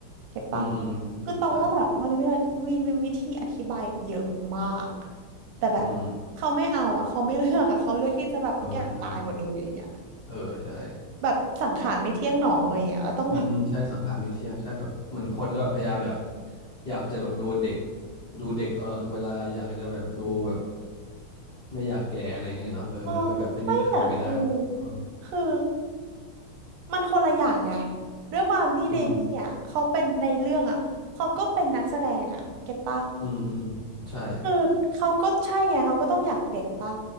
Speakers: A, on the right; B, on the left.
A: เก็ตปะ
B: อืมอืมอืมใช่ใช่
A: คือตรงว่าแบบมันมีวิธีมีมีวิธีอธิบายเยอะมากแต่แบบเขาไม่เอาอะเขาไม่เลือกอะเขาเลือกที่จะแบบทุกอย่างตายหมดเลยอย่างเงี้ย
B: อืมเออใช่เออใช่
A: แบบสังขารไม่เที่ยงหนออะไรอย่างเงี้ยแล้วต้องแบบ
B: อืมอืมใช่สังขารไม่เที่ยงใช่แบบเหมือนคนก็แบบพยายามอยากอยากจะแบบดูเด็กดูเด็กตลอดเวลาอยากจะแบบดูแบบไม่อยากแก่อะไรเงี้ยเนาะเออมันก็แบบไม่มีทางเป็นไปได้หรอกเออ
A: เออไม่แต่คือคือมันคนละอย่างไงด้วยความที่เดมี่อ่ะเขาเป็นในเรื่องอ่ะเขาก็เป็นนักแสดงอ่ะเก็ตปะ
B: อืมอืมอืมใช่
A: คือเขาก็ใช่ไงเขาก็ต้องอยากเด็กปะ